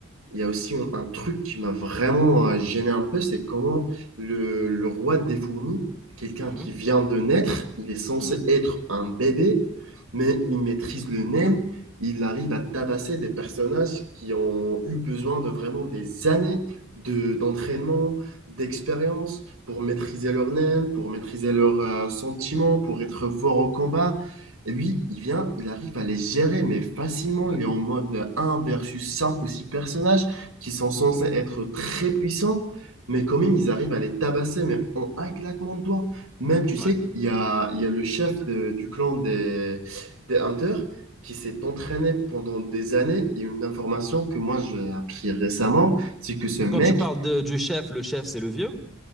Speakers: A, on the right; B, in the centre.
A: il y a aussi un, un truc qui m'a vraiment euh, gêné un peu, c'est comment le, le roi des fourmis, quelqu'un
B: Mhm.
A: qui vient de naître, il est censé
B: Mhm.
A: être un bébé, mais il maîtrise le NEM, il arrive à tabasser des personnages qui ont eu besoin de vraiment des années de, d'entraînement, d'expérience pour maîtriser leur NEM, pour maîtriser leurs euh, sentiments, pour être fort au combat lui, il vient, il arrive à les gérer, mais facilement.
B: Ouais.
A: Il est en mode un versus 5 ou 6 personnages qui sont censés être très puissants, mais quand même, ils arrivent à les tabasser, mais en un claquement de doigts. Même, tu sais,
B: Ouais.
A: il y a, il y a le chef de- du clan des, des Hunters qui s'est entraîné pendant des années. Et une information que moi, j'ai appris récemment, c'est que ce mec,
B: Quand tu parles de- du chef, le chef, c'est le vieux.